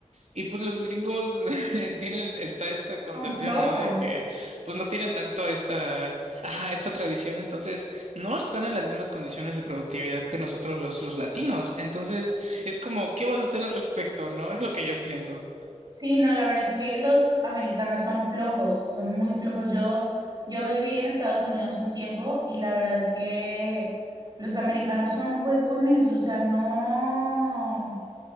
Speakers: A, on the right (about 65°); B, on the right (about 35°).
A: Y pues los gringos <laughs> tienen, está esta concepción,
B: Son flojos.
A: ¿no? De que pues no tienen tanto esta, ajá, esta tradición, entonces no están en las mismas condiciones de productividad que nosotros los, los latinos. Entonces es como, ¿qué vas a hacer al respecto, no? Es lo que yo pienso.
B: Sí, no, la verdad que los americanos son flojos, son muy flojos. Yo, yo viví en Estados Unidos un tiempo y la verdad que los americanos son huevones, o sea, no.